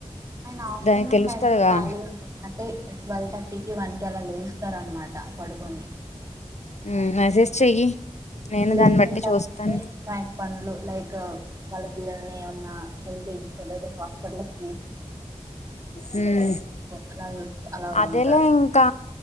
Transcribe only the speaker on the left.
దానికి తెలుస్తదిగా
నువ్ మెసేజ్ చెయ్యి నేను
దాన్ని బట్టి
చూస్తాను
మ్మ్
అదేలే
ఇంకా